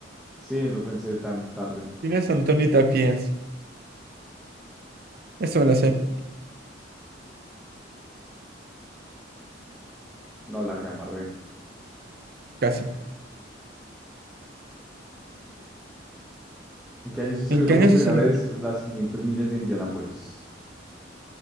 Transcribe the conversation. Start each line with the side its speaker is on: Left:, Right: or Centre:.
Centre: Sí, no lo pensé tan tarde.
Right: ¿Quién es Antoni Tapies, Eso me lo sé
Centre: No, la gran barré.
Right: casi.
Centre: ¿En qué año se celebró
Right: ¿En qué año
Centre: por primera
Right: se celebró?
Centre: vez las 500 millas de Indianápolis?